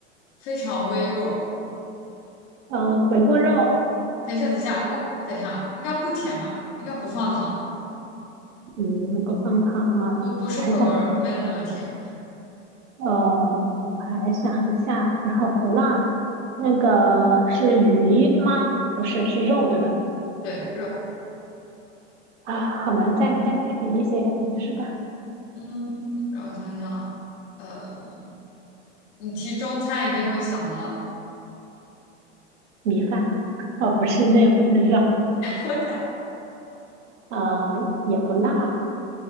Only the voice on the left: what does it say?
非常微弱。
等一下，等一下，我等一下，应该不甜吧？应该不放糖的，
不不是回锅肉，
没有那么甜。
对，肉，
嗯，让我想想啊，呃，你提中餐一定会想到的，
荤菜，